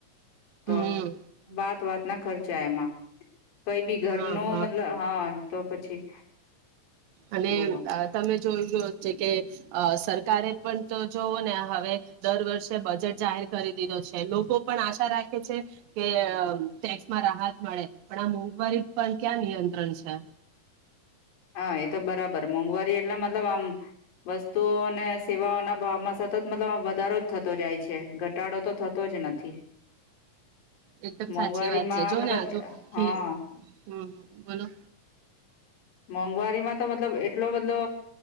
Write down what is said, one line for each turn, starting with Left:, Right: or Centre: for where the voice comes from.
Left: તો
Right: હમ
Left: વાત વાત ના ખર્ચા એમાં કંઈ બી ઘર
Right: હા
Left: નો
Right: હા
Left: મતલબ હાં તો પછી
Right: અને
Left: બોલો
Right: અ તમે જોયું <unintelligible> છે કે અ સર કારે પણ તો જોવો ને આ હવે દર વર્ષે બજેટ જાહેર કરી દીધો છે લોકો પણ આશા રાખે છે કે અ ટેક્સમાં રાહત મળે પણ આ મોંઘવારી પર ક્યાં નિયંત્રણ છે
Left: હા, એ તો બરાબર મોંઘવારી એટલે મતલબ આમ વસ્તુઓ અને સેવાઓના ભાવમાં સતત મતલબ આમ વધારો જ થતો જાય છે, ઘટાડો તો થતો જ નથી.
Right: એકદમ
Left: મોંઘવારીમાં
Right: સાચી વાત છે, જો
Left: મતલબ
Right: ને આ જો કે
Left: હા
Right: હમ્મ, બોલો.
Left: મોંઘવારીમાં તો મતલબ એટલો બધલો